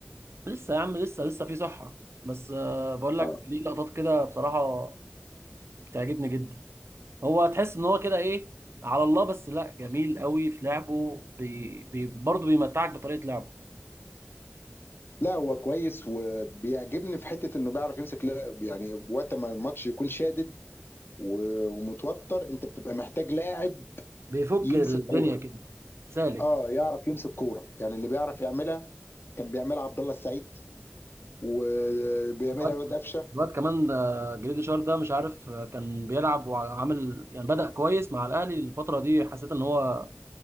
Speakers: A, on the right (about 75°); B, on the left (about 55°).
A: لسه يا عم لسه لسه في صحة بس آه، بقول لك
B: اه
A: ليه لقطات كده بصراحة بتعجبني جدا هو تحس ان هو كده ايه على الله بس لا جميل قوي في لعبه بي بي برضه بيمتعك بطريقة لعبه
B: لا هو كويس وبيعجبني في حته انه بيعرف يمسك لاعب يعني وقت ما الماتش يكون شادد و- ومتوتر انت بتبقى محتاج لاعب
A: بيفك
B: يمسك
A: الدنيا
B: كوره
A: كده سالك
B: اه يعرف يمسك كوره يعني اللي بيعرف يعملها كان بيعملها عبد الله السعيد وبيعملها
A: الواد
B: الواد قفشه
A: الواد كمان آه، جريدي شار ده مش عارف آه، كان بيلعب وعامل يعني بدأ كويس مع الأهلي الفترة دي حسيت ان هو